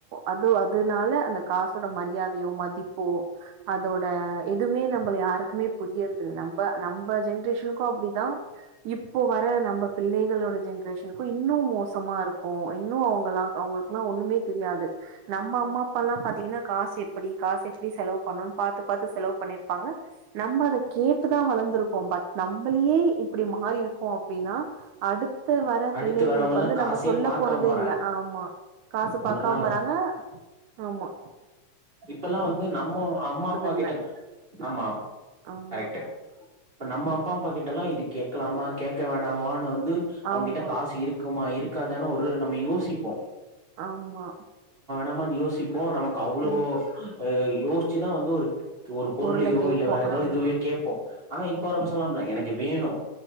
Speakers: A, on the right; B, on the right.
A: அது அதனால அந்த காசோட மரியாதையோ மதிப்போ அதோட எதுவுமே நம்ப யாருக்குமே புரியறதுல்ல நம்ப நம்ப ஜென்ரேஷனுக்கும் அப்படிதான் இப்போ வர நம்ப பிள்ளைகளோட ஜென்ரேஷனுக்கும் இன்னும் மோசமா இருக்கும் இன்னும் அவங்களாம் அவங்களுக்கெல்லாம் ஒண்ணுமே தெரியாது நம்ப அம்மா அப்பா எல்லாம் பார்த்தீங்கன்னா காசு எப்படி காசு எப்படி செலவு பண்ணணு பாத்து பாத்து செலவு பண்ணிருப்பாங்க நம்ப அத கேட்டுதான் வளர்ந்திருக்கோம் பட் நம்மளயே இப்படி மாறி இருக்கோம் அப்படின்னா அடுத் த்து வர
B: அடுத்து
A: பிள்ளைகளுக்கு
B: வரவங்கல்லா
A: வந்து
B: காசே
A: நம்ப சொல்ல
B: பாக்காம
A: போறது
B: வராங்க
A: இல்ல ஆமா காசு
B: அவங்கல்லா
A: பாக்காம வராங்க ஆமா ஆ
B: இப்பெல்லாம் வந்து நம் ம அம்மா அப்பா
A: இல்ல
B: கிட்ட ஆமா
A: ஆமா
B: கரெக்ட்டு இப்ப நம்ம அம்மா அம்மா கிட்ட எல்லா இது கேட்கலாம கேக்க வேணாமானு வந்து
A: ஆமா,
B: அவங்கிட்ட காசு இருக்குமா இருக்கு இருக்காதானு ஒரு நம்ம யோசிப்போம்
A: ஆமா
B: நம யோசிப்பு ப்போ நமக்கு அவ்ளோ
A: ம்.
B: ஆஹ் யோசிச்சுதான் வந்து ஒரு ஒரு பொருளையோ
A: பொருள
B: இல்லையோ
A: கேட்போம்.
B: இல்ல வேற ஏதோ
A: ஆமா,
B: இதுவையோ கேட்போம் ஆனா இப்ப
A: ஆமா,
B: வரப்பசங்கள அப்டில்ல எனக்கு வேணும்